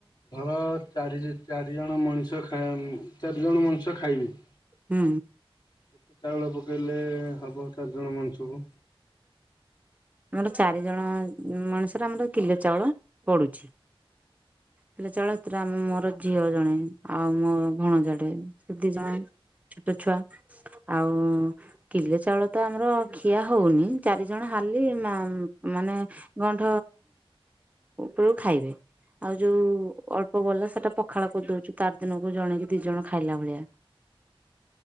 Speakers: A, on the left; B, on the right.
A: ଘର ଚାରି ଚାରି ଜଣ ମଣିଷ ଖାଁ ଚାରି ଜଣ ମଣିଷ ଖାଇବି।
B: ହୁଁ।
A: କେତେ ଚାଉଳ ପକେଇଲେ ହବ ଚାରିଜଣ ମଣିଷକୁ।
B: ଆ ଚାରି ଜଣ ମଣିଷରେ ଆମର କିଲେ ଚାଉଳ ପଡୁଛି। ହେଲେ ଚାଉଳ ସେଥିରେ ଆମେ ମୋର ଝିଅ ଜଣେ ଆଉ ମୋ ଭଣଜା ଟେ। ସିଧି ଜ ଛୋଟ ଛୁଆ ଆଉ। କିଲେ ଚାଉଳ ତ ଆମର ଖିଆ ହଉନି। ଚାରି ଜଣ ହାର୍ଲି ମାନେ ଗଣ୍ଠ ଉପରକୁ ଖାଇବେ। ଆଉ ଯୋଉ ଅଳ୍ପ ଗଲା ସେଟା ପଖାଳ କରିଦଉଛୁ ତାର ଦିନକୁ ଜଣେ କିି ଦି ଜଣ ଖାଇଲା ଭଳିଆ।